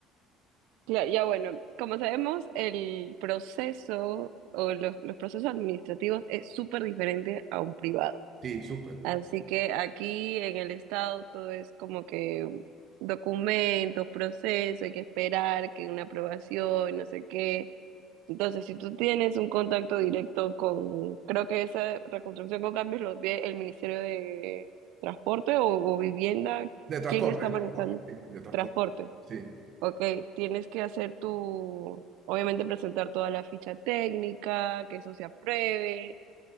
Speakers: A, on the right; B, on the right.
A: Claro, ya bueno, como sabemos, el proceso o los, los procesos administrativos es súper diferente a un privado.
B: Sí, súper.
A: Así que aquí en el estado todo es como que documentos, proceso, hay que esperar que una aprobación, no sé qué. Entonces, si tú tienes un contacto directo con, creo que esa reconstrucción con cambios lo ve el Ministerio de Transporte o, o Vivienda,
B: De transporte,
A: ¿quién está
B: de
A: manejando
B: transporte, sí, de transporte.
A: transporte?
B: Sí.
A: Ok, tienes que hacer tu, obviamente presentar toda la ficha técnica, que eso se apruebe,